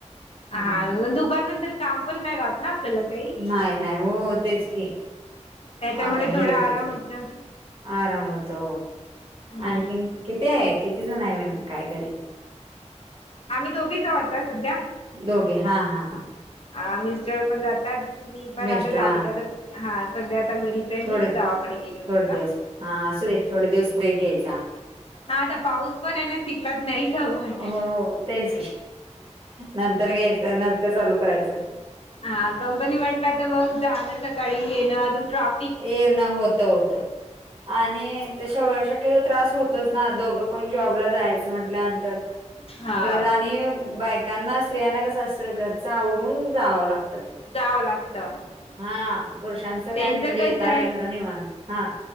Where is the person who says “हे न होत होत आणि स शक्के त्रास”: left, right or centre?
Right